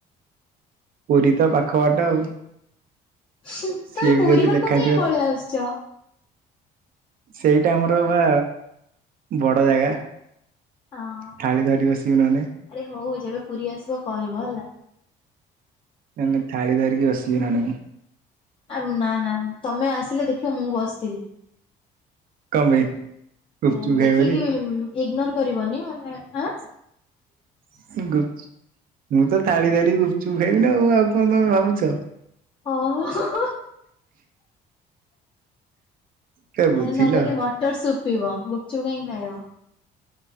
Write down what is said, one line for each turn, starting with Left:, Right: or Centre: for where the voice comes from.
Right: ପୁରୀ ତ ପାଖ ବାଟ ଆଉ।
Left: ତୋମେ
Right: ସିଏ ବି
Left: ପୁରୀ
Right: ଯଦି
Left: ପାଖକୁ
Right: ଲେଖା
Left: କାଇଁ
Right: ଥିବ
Left: ପଳେଇ ଆସୁଛ?
Right: ସେଇଟା ଆମର ବା ବଡ ଜାଗା।
Left: ଅଁ,
Right: ଥାଳି ଧରି ବସିବି ନହେଲେ
Left: ଆରେ ହଉ ଯେବେ ପୁରୀ ଆସିବ କହିବ ହେଲା।
Right: ନନେ ଥାଳି ଧରିକି ବସିବି ନନେ।
Left: ଆ, ନା ନା ତୋମେ ଆସିଲେ ଦେଖିବ ମୁଁ ବସିଥିବି।
Right: କଣ ପାଇଁ ଗୁପଚୁପ
Left: ଦେ
Right: ଖାଇବି
Left: ଦେଖିକି ଉଁ, ଇଗନୋର୍ କରିବନି ମାନେ ଆଁ
Right: ଉଁ, ଗୁ ମୁଁ ତ ଥାଳି ଧରିି ଗୁପଚୁପ ଖାଇବି ନା ମୁଁ ଆଉ କଣ ତୋମେ ଭାବୁଛ।
Left: ଓ, ହୋ ହଁ, ହଁ।
Right: କେ ବୁଝିଲ
Left: ଆରେ ନା ସେଠି ମଟର ସୁପ୍ ପିଇବ ଗୁପଚୁପ କାଇଁ ଖାଇବ।